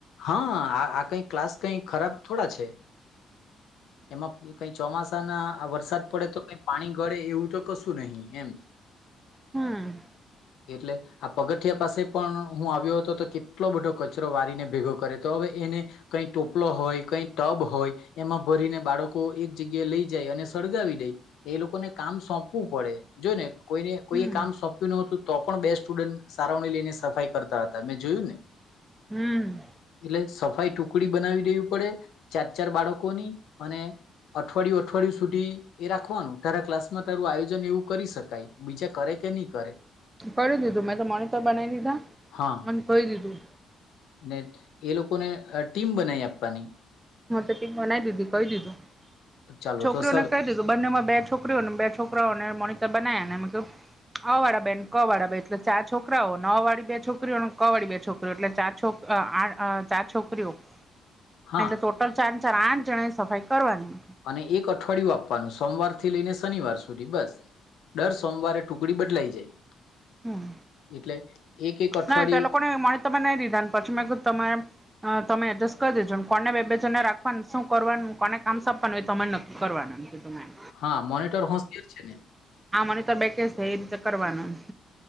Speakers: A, on the left; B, on the right.
A: હા, આ કઈ ક્લાસ કંઈ ખરાબ થોડા છે એમાં કઈ ચોમાસાના વરસાદ પડે તો કાંઈ પાણી ગળે એવું તો કશું નહીં એમ.
B: હમ્મ
A: એટલે આ પગથિયા પાસે પણ હું આવ્યો હતો તો કેટલો બધો કચરો વાળીને ભેગો કરે તો હવે એને. કઈ ટોપલો હોય, કઈ ટબ હોય, એમાં ભરીને બાળકો એક જગ્યાએ લઈ જાય અને સળગાવી દે. એ લોકોને કામ સોંપવું પડે, જોને કોઈને કોઈએ
B: હમ
A: કામ સોંપ્યું ન હતું, તો પણ બે સ્ટુડન્ટ સાવરણી લઈને સફાઈ કરતા હતા, મેં જોયું ને.
B: હમ્મ
A: એટલે સફાઈ ટુકડી બનાવી દેવી પડે, ચાર-ચાર બાળકોની અને અઠવાડિયું અઠવાડિયું સુધી એ રાખવાનું, તારા ક્લાસમાં તારું આયોજન એવું કરી શકાય. બીજા કરે કે ની કરે.
B: કરી દીધું મેં તો મોનિટર બનાવી દીધા,
A: હા
B: અને કહી દીધું.
A: ને એ લોકોને અ ટીમ બનાઈ આપવાની.
B: મો તો ટીમ બનાવી દીધી, કહી દીધું.
A: ચાલો
B: છોકરીઓને
A: તો સર
B: કહી દીધું, બંનેમાં બે છોકરીઓ ને બે છોકરાઓને મોનિટર બનાવ્યા ને મે અ વાળા બે ન, ક વાળા બે, એટલે ચાર છોકરાઓ, ને અ વાળી બે છોકરીઓ, ને ક વાળી બે છોકરીઓ, એટલે ચાર છોક આ, અ ચાર છોકરીઓ.
A: હા
B: એટલે ટોટલ ચાર ને ચાર, આઠ જણાએ સફાઈ કરવાની.
A: અને એક અઠવાડિયું આપવાનું સોમવાર થી લઈને શનિવાર સુધી બસ. દર સોમવારે ટુકડી બદલાઈ જાય,
B: હમ
A: એટલે એક એક અઠવાડિયું
B: ના તે લોકો ને મોનીટર બનાવી દીધા, ને પછી મે કીધું તમારે હા, તમે એડજસ્ટ કરી દેજો, ને કોને બે બે જન ને રાખવાનું શું કરવાનું કોને કામ સોપવાનું એ તમે નક્કી કરવાનું એટલે તમે
A: હા, મોનિટર હોશિયાર છે ને
B: હા, મને તો <unintelligible> છે એ રીતે કરવાનું.